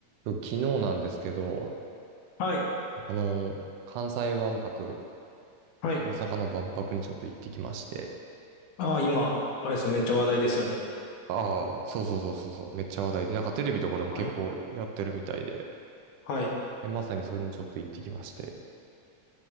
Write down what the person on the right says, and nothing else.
昨日なんですけど、
あの、関西万博、
大阪の万博にちょっと行ってきまして。
ああ、そうそうそうそうそう、めっちゃ話題で、なんかテレビとかでも結構やってるみたいで、
で、まさにそれにちょっと行ってきまして。